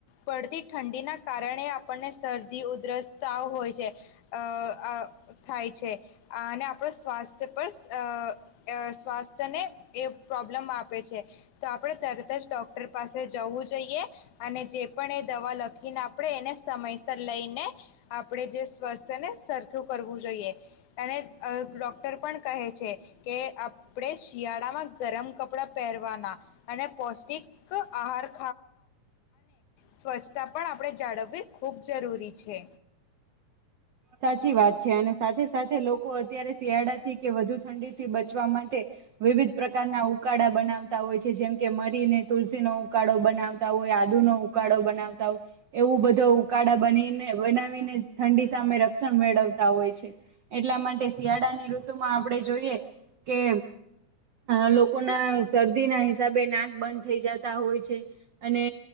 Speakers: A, on the left (about 85°); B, on the right (about 65°).
A: પડતી ઠંડીના કારણે આપણને શરદી, ઉધરસ ત હોય છે અ થાય છે અને આપણો સ્વાસ્થ્ય પર અ સ્વાસ્થ્ય ને એ પ્રોબ પ્રબ્લમ આપે છે તો આપણે તરત જ ડોક્ટર પાસે જવું જ અને જે પણ એ દવા લખી ખને આપણે એને સમયસર લઈને આપણે જે સ્વસ્થને સરખું કરવું જોઈએ અને ડોક્ટર પણ કહે છે કે આપણે શિયાળામાં ગરમ કપડા પહેરવાના અને પૌષ્ટિક આહાર સ્વચ્છતા પણ આપણે જાળવવી ખૂબ જરૂરી છે
B: સાચી વાત છે અને સાથે સાથે લોકો અત્યારે શિયાળાથી કે વધુ ઠંડી થી બચવા માટે વિવિધ પ્રકારના ઉળ બનાવતા હોય છે જેમ કે મરીને તુલસી નો ઉકાળો બનાવતા હોય આદુ નો ઉકાળો બનાવતા હોય એવું બધો ઉકાળા બનીને બનાવીને ઠંડી સામે રક્ષણ મેળવતા હોય છે એટલા માટે શિયાળાની ઋતુમાં આપણે જોઈએ કે લોકો લોકો ના શરદીના હિસાબે નાક બંધ થઈ જતા હોય છે અને